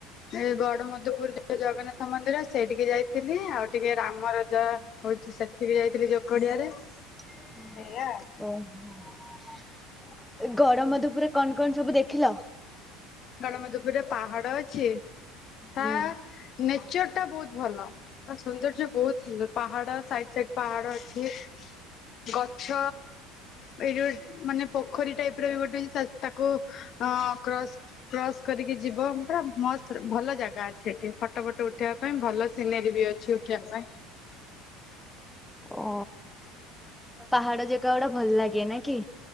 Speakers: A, on the left; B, in the centre.
A: ଏ ଗଡମଧୁପୁର ଯୋଉ ଜଗନ୍ନାଥ ମନ୍ଦିର ସେଇ ଟିକେ ଯାଇଥିଲି ଆଉ ଟିକେ ରାମରଜ ହଉଛି ସେଠିକି ଯାଇଥିଲି ଯୋକଡିଆରେ।
B: <inaudible>
A: ସେଆ
B: ଓହୋ ଗର ମଧୂପରେ କଣ କଣ ସବୁ ଦେଖିଲ
A: ଗଡମଦପୁରରେ ପାହାଡ ଅଛି ତା
B: ହୁଁ।
A: ନେଚର ଟା ବହୁତ ଭଲ ହ ସୌନ୍ଦର୍ଯ୍ୟ ବହୁତ ସୁନ୍ଦର ପାହାଡ ସାଇଡ ସାଇଡ ପାହାଡ ଅଛି ଗଛ ଏଇୋ ମାନେ ପୋଖରୀ ଟାଇପ ର ବି ଗୋଟେଛି ତାକୁ ଅ କ୍ରସ୍ କ୍ରସ୍ କରିକି ଯିବ ପୁରା ମ ଭଲ ଜାଗା ଅଛି ସେଠି ଫଟୋ ଫଟୋ ଉଠେଇବା ପାଇଁ ଭଲ ସିନେରୀ ବି ଅଛି ଉଠିବା ପାଇଁ
B: ଓ ପାହାଡ ଯାଗ ଗଡା ଭଲ ଲାଗେ ନ କି